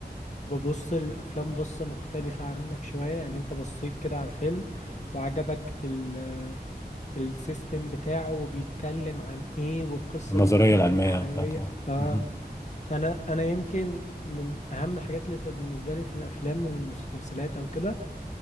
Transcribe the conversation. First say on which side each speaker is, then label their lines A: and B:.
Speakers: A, on the left (about 45°); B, on the left (about 15°).
A: ببص الافلام بصة مختلفة عنك شوية يعني انت بصيت كده على الفيلم وعجبك ال السيستم بتاعه وبيتكلم عن ايه والقصة
B: النظريه
A: دي ممكن
B: العلميه
A: تبقى حقيقية
B: بتاعته
A: اه
B: مهم.
A: انا انا يمكن من اهم الحاجات اللي بتبقى بالنسبه لي في الافلام والمسلسلات او كده